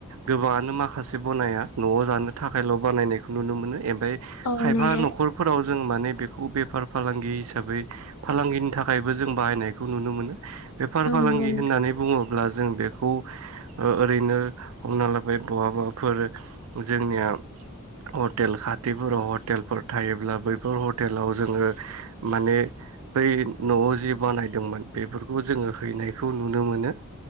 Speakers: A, on the right; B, on the left.
A: गोबाङानो माखासे बनाया न'आव जानो थाखायल' बानायनायखौ नुनो मोनो एम फाय
B: औ
A: खायफा
B: नंगौ
A: न'खरफोराव जों माने बेखौ बेफार फालांगि हिसाबै हिसाबै फालांगिनि थाखायबो जों बाहायनायखौ नुनो मोनो बेफार
B: औ
A: फालांगि
B: नंगौ नोंथां
A: होननानै बुङोब्ला जों बेखौ ओ ओरैनो हमना लाबाय बहाबाफोर जोंनिया हटेल खाथिफोराव हटेलफोर थायोब्ला बैफोर हटेलाव जोङो माने बै न'आव जि बानायदोंमोन बेफोरखौ जोङो हैनायखौ नुनो मोनो